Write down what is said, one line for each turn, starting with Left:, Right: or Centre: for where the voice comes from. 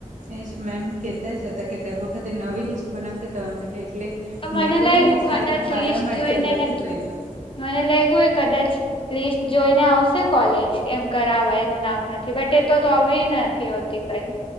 Right: એજ મેમ કહેતા જ હતા કે દર વખતે નવી લિસ્ટ બનાવ કે તમાર માટે એટલે
Left: તો મને
Right: મેં ગઈ
Left: લાગ્યું
Right: ને સાહેબ
Left: કદાચ
Right: મારા
Left: લિસ્ટ
Right: માટે
Left: જોઈને
Right: અલગ
Left: ને
Right: થી કર્યું હતુ
Left: મને લાયગુ કદાચ. લિસ્ટ જોઈને આવશે કોલેજ એમ કરાવા એનું નામ નથી બટ એ તો તો આવ નથી આવતી. કઈ